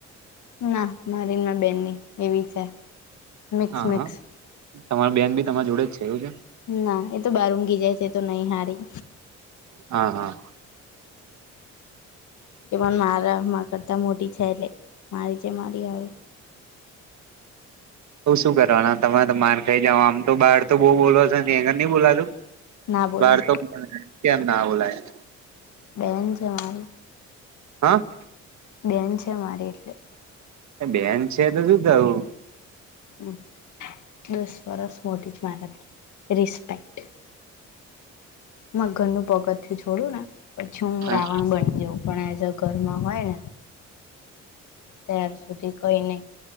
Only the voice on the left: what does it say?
ના મારીનમા બેનની એવી છે. મિક્સ
મિક્સ
ના એ તો બહારઊઘી જાય છે તો નહી હારી
તે મને મારે માં કરતા મોટી છે એટલે મારી છે મારી હારે.
ના બોલાય
બેન છે મારી.
બેન છે મારી એટલે
હમ દસ વરસ મોટી જ મારતી રિસ્પેક્ટ મા ઘરનું પગથીયુ છોડું ને પછી હું
રાવણ બની જાઉં પણ એઝ અ ઘરમાં હોય ને. ત્યાર સુધી કઈ નહી